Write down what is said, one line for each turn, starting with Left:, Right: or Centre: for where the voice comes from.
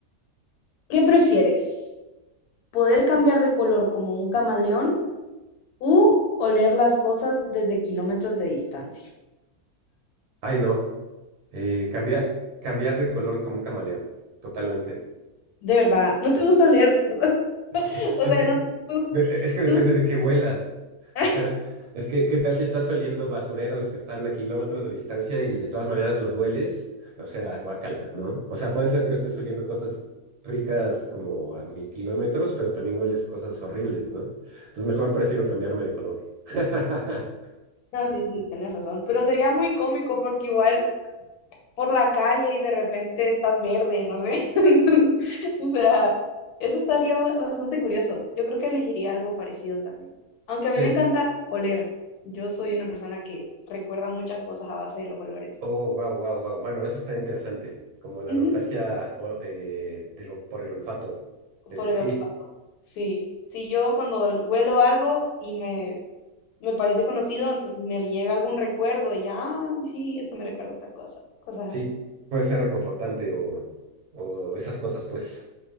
Left: ¿qué prefieres? ¿Poder cambiar de color como un camaleón u oler las cosas desde kilómetros de distancia?
Right: Ay, no. Eh, cambiar, cambiar de color como un camaleón, totalmente.
Left: De verdad, ¿no te gusta oler? <laughs>
Right: Pues
Left: O
Right: es
Left: sea,
Right: que,
Left: no te
Right: de- es que depende
Left: gusta.
Right: de qué huela.
Left: <laughs>
Right: O sea, es que, ¿qué tal si estás oliendo basureros que están a kilómetros de distancia y de todas maneras los hueles? O sea, guácala, ¿no? O sea, puede ser que estés oliendo cosas ricas como a mil kilómetros, pero también hueles cosas horribles, ¿no? Entonces, mejor prefiero cambiarme de color. <laughs>
Left: No, sí, sí, tienes razón. Pero sería muy cómico porque igual por la calle y de repente estás verde, no sé. <laughs> O sea, eso estaría ba- bastante curioso. Yo creo que elegiría algo parecido también. Aunque
Right: Sí.
Left: a mí me encanta oler. Yo soy una persona que recuerda muchas cosas a base de los olores.
Right: Oh, wow, wow, wow. Bueno, eso está interesante. Como la
Left: Ujú.
Right: nostalgia o- eh, de lo, por el olfato. Eh,
Left: Por el
Right: sí.
Left: olfato. Sí. Si yo cuando ol- huelo algo y me, me parece conocido, entonces me llega algún recuerdo y ya, "Ah, sí, esto me recuerda a tal cosa. Cosas
Right: Sí,
Left: así.
Right: puede ser reconfortante o, o esas cosas, pues.